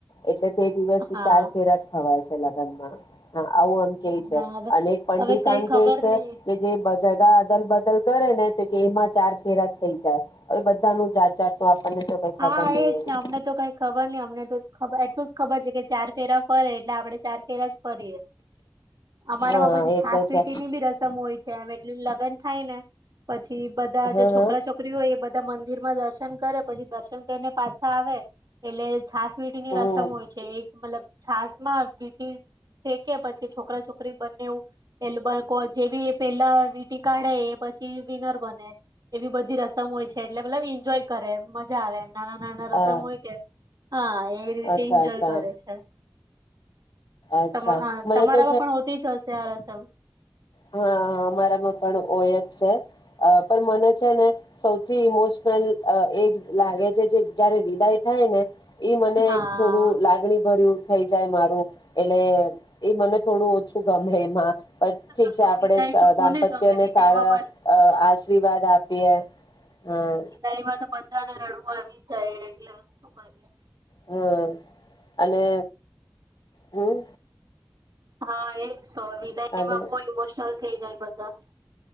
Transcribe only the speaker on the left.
એટલે તે દિવસથી
ચાર ફેરા જ ખવાય છે. લામાં હા. આવું આમ કે છે,
અનેક પંડિત
આમ
કે છે
કે જે જગા અદલ બદલ કરે ને તો કે એમાં ચાર ફેરા થઈ જાય. એ બધા નું જાત જાતનું આપણને
ખબર નહી
હોય
હા
એ
તો છે
હા
હા
હમ
અ
અચ્છા
અચ્છા
અચ્છા
મને તો
હા હા અમારામાં પણ હોય જ છે પણ મને છે ને સૌથી ઇમોશનલ એજ લાગે છે જે જયારે વિદાય થાય ને એઈ મને
થોડું લાગણી ભર્યું થ જાય મારું એટલે એ મને થોડું ઓછું ગમે એમાં ઠીક
છે આપડે
દાંપત્યને
સારા
આશીર્વાદ આપીએ હા
હા અને હમ
હાલો